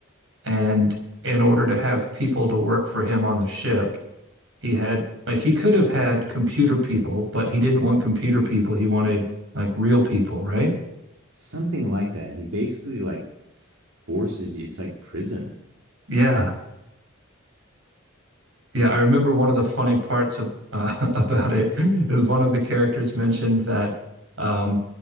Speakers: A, on the right; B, on the right.
A: And in order to have people to work for him on the ship, he had like he could have had computer people, but he didn't want computer people. He wanted like real people, right?
B: Something like that. And he basically like forces you. It's like prison.
A: Yeah. Yeah, I remember one of the funny parts of, uh, <laughs> about it is one of the characters mentioned that um,